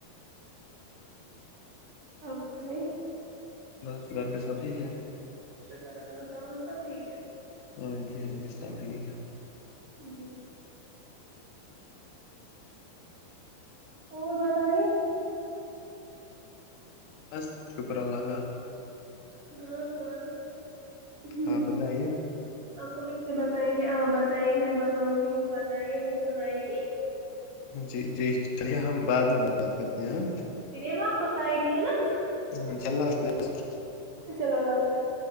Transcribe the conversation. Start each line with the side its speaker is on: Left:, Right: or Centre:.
Right: ہاں بت ہے <unintelligible>
Left: بس گزار رپئے سب ٹھیک ہے
Right: شکر اللہ ک ص سب ٹھیک ہے
Left: ہاں جی ہاں جی سب ٹھیک ہے
Right: جی اور بتائیے
Left: بس شکر الگا
Right: <inaudible> ہ ہاں ہ
Left: ہاں بتائیے
Right: اب ہم اس سے بتائیں گے بتائیے میں بتاؤں گی وہ بتائیے وہ سنائے گی
Left: جی جی چلی ہم بعد میں بات کرتے ہیں
Right: پوا کوسائے گی ہے نا <unintelligible>
Left: ہ انا اللہ حافظ <inaudible>
Right: چلو اللہ حاظ